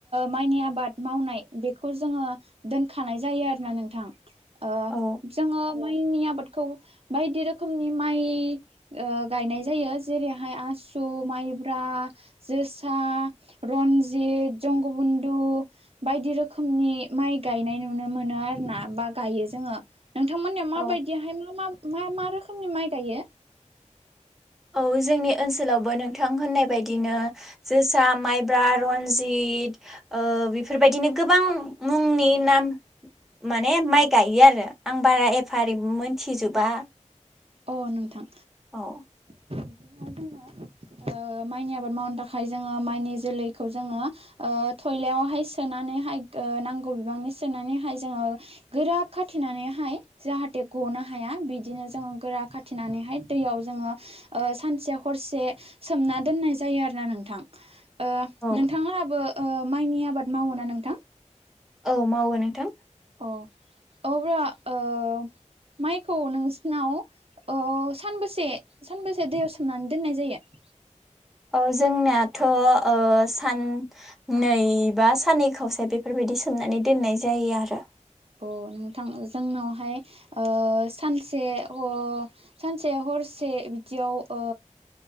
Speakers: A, on the right; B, in the centre.
A: माइनि आबाद मावनाय बेखौ जोङो दोनखानाय जायो आरोना नोंथां ओ
B: औ
A: जोङो माइनि आबादखौ बायदि रोखोम खोनि माइ ओ गायनाय जायो जेरैहाय आसु माइब्रा ज जोसा रनजित जंग बन्धु बायदि रोखोमनि माइ गाय यनाय नुनो मोनो आरोना बा गायो जोंहा नोंथांमोननियाव माबायदिाहाय
B: औ
A: मा मा मा रोखोमनि माइ गायो
B: औ जोंनि ओनसोलावबो नोंथां होननाय बायदिनो जोसा माइब्रा रनजि त ओ बेफोरबायदिनो गोबां मुंनि नाम माने माइ गायो आरो आं बारा एफाारि मोनथिजोबा
A: अ नोंथां
B: औ
A: बिदिना जोङो ओ माइनि आबाद मावनो थाखाय जोङो माइनि जोलैखौ जोङो ओ थयलायावहाय सोनानै ओ नांगौ बिबांनि सोनानैहाय जोङो गोरा खाथिनानैहाय जाहाथे गनो हा हाया बिदिनो जों गोरा खाथिनानैहाय दैयाव जोङो ओ सानसे हरसे सोमना दोननाय जायो आरो ना नों थां ओ
B: औ
A: नोंथांमोनाबो माइनि आबाद मावो ना नोंथां
B: औ मावो नोंथां
A: अ अब्ला ओ माइखौ नोंसिनाव ओ सानबसे सानबेसे दैयाव सोमनानै दोननाय जायो <inaudible>
B: औ जोंनाथ' ओ साननै बा साननै खावसे बेफोरबायदि सोमनानै दोननाय जायो आरो
A: अ नोंथां जोंनावहाय ओ सानसे ह सानसे हर से बिदियाव ओ